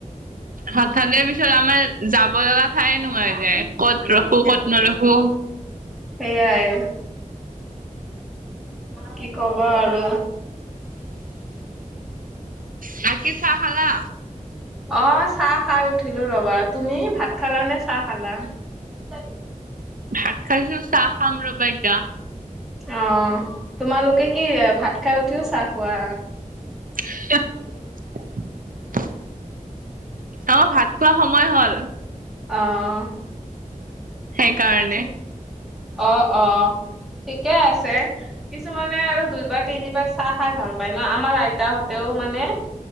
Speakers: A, on the right; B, in the centre.
A: হঠাতে পিছত আমাৰ যাব লগা ঠাই নোহোৱা হৈ যায় ক'ত ৰখো, ক'ত নৰখো।
B: সেয়াই। কি ক'বা আৰু।
A: বাকী চাহ খালা
B: অ'। অ', চাহ খাই উঠিলো ৰ'বা, তুমি ভাত খালা নে চাহ খালা? <inaudible>
A: ভাত খাইছোঁ চাহ খাম ৰ'বা এতিয়া।
B: অ', তোমালোকে কি ভাত খাই উঠিও চাহ খোৱা?
A: <inaudible> অ', ভাত খোৱা সময় হ'ল।
B: অ'।
A: সেইকাৰণে।
B: ঠিক অ', অ'। ঠিকে আছে, কিছুমানে আৰু দুইবাৰ তিনিবাৰ চাহ খাই ভাল পায় ন' আমাৰ আইতাহত তেওঁ মানে